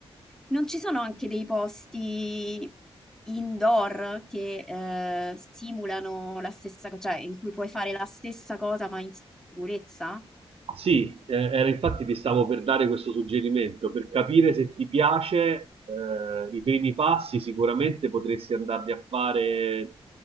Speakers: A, in the centre; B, on the right (about 55°).
A: non ci sono anche dei posti indoor che eh, simulano la stessa cosa, cioè in cui puoi fare la stessa cosa ma in sicurezza?
B: Sì, eh, era infatti ti stavo per dare questo suggerimento, per capire se ti piace, eh, i primi passi sicuramente potresti andarli a fare